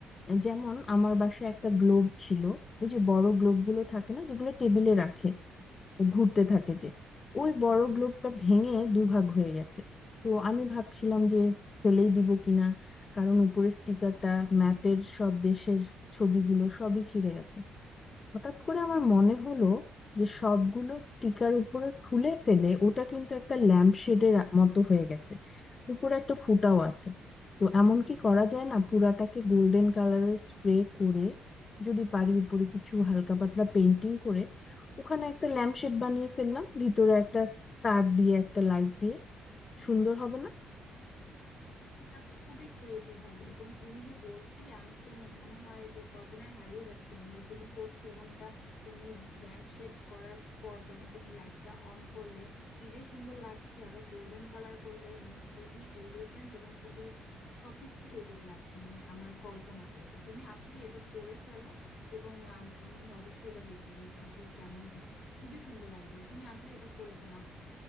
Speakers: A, on the left (about 35°); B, on the left (about 65°).
A: আহ, যেমন আমার বাসায় একটা গ্লোব ছিল ওই যে বড় গ্লোব গুলো থাকে না যেগুলো টেবিলে রাখে ঘুরতে থাকে যে ওই বড় গ্লোবটা ভেঙে দুভাগ হয়ে গেছে তো আমি ভাবছিলাম যে ফেলেই দিব কিনা কারণ উপরে স্টিকারটা ম্যাপের সব দেশের ছবিগুলো সবই ছিঁড়ে গেছে হঠাৎ করে আমার মনে হলো যে সবগুলো স্টিকার উপরে খুলে ফেলে ওটা কিন্তু একটা ল্যাম্প শেডের মতো হয়ে গেছে উপরে একটা ফুটাও আছে তো এমন কি করা যায় না পুরাটাকে গোল্ডেন কালারের স্প্রে করে যদি পারি উপরে কিছু হালকা পাতলা পেন্টিং করে ওখানে একটা ল্যাম্প শেড বানিয়ে ফেললাম ভিতরে একটা তার দিয়ে একটা লাইট দিয়ে সুন্দর হবে না
B: এটা তো খুবই ক্রিয়েটিভ হবে এবং তুমি যে বলছিলে আমি তো মনে হয় যে কল্পনায় হারিয়ে যাচ্ছিলাম যে তুমি করছো এবং এটা তুমি ল্যাম্প শেড করার পর যখন তুমি লাইটটা অন করলে কি যে সুন্দর লাগছে আরো গোল্ডেন কালার করলে মানে খুবই এলিগেন্ট এবং খুবই সফিস্টিকেটেড লাগছে মানে আমার কল্পনাতে এটা তুমি আসলে এটা করে ফেলো এবং আম- আমি অবশ্যই এটা দেখবো যে এটা আসলে কেমন হয় খুবই সুন্দর আইডিয়া তুমি আসলে এটা করে ফেলো